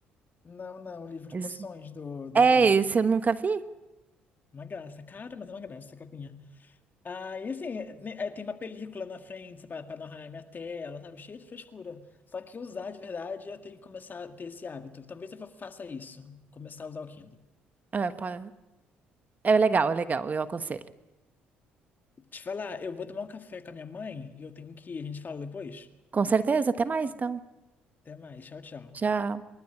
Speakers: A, on the left; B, on the right.
A: Não, não, o livro de
B: Esse-
A: poções do, do
B: É,
A: Snape.
B: esse eu nunca vi.
A: Uma graça, cara, mas é uma graça essa capinha. Ah, e assim, né, é, tem uma película na frente pra pra não arranhar minha tela, sabe? Cheio de frescura. Só que usar de verdade, eu tenho que começar a ter esse hábito. Talvez eu fa- faça isso, começar a usar o Kindle.
B: É, pá. É legal, é legal. Eu aconselho.
A: Te falar, eu vou tomar um café com a minha mãe e eu tenho que ir. A gente fala depois?
B: Com certeza, até mais, então.
A: Até mais, tchau, tchau.
B: Tchau.